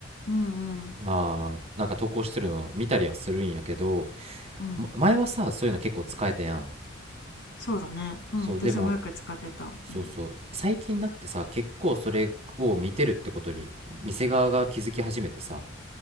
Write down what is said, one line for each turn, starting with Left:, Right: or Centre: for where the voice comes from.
Left: うんうん
Right: まあなんか投稿してるの見たりはするんやけど、
Left: うん。
Right: ま前はさそういうの結構使えたやん
Left: そうだね。うん、
Right: そうでも
Left: 私もよく使ってた。
Right: そうそう最近だってさ結構それを見てるってことに店側が気づき始めてさ
Left: うん、